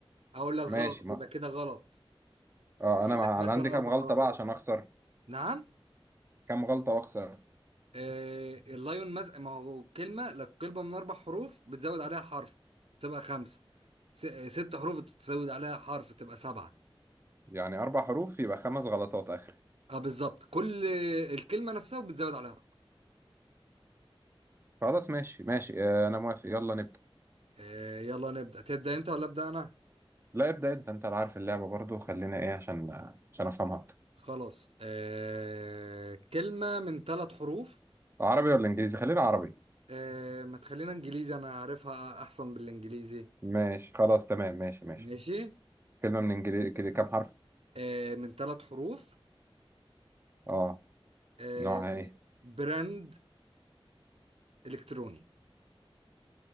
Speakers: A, on the right (about 85°); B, on the right (about 25°).
A: اقول لك غلط
B: ماشي ما...
A: يبقى كده غلط
B: اه
A: بقول
B: انا مع...
A: لك مثلا
B: عندي كام
A: اربع
B: غلطة
A: غلطات
B: بقى عشان اخسر
A: نعم
B: كام غلطة واخسر
A: آه اللايون مز ما هو كلمة لك كلمة من أربع حروف بتزود عليها حرف تبقى خمسة س... آه، ست حروف بتزود عليها حرف تبقى سبعة
B: يعني اربع حروف يبقى خمس غلطات اخر
A: اه بالظبط كل الكلمة نفسها بتزود عليها حرف
B: خلاص ماشي ماشي آه، انا موافق يلا نبدأ
A: آه يلا نبدأ تبدأ أنت ولا أبدأ أنا؟
B: لا ابدأ انت انت اللي عارف اللعبة برضو خلينا ايه عشان عشان افهمها اكتر
A: خلاص آه كلمة من ثلاث حروف
B: عربي ولا انجليزي خلينا عربي
A: آه ما تخلينا إنجليزي أنا عارفها أحسن بالإنجليزي
B: ماشي خلاص تمام ماشي ماشي
A: ماشي
B: كلمة من انجليزي كده كام حرف
A: آه من ثلاث حروف
B: اه
A: آه
B: نوعها ايه
A: براند إلكتروني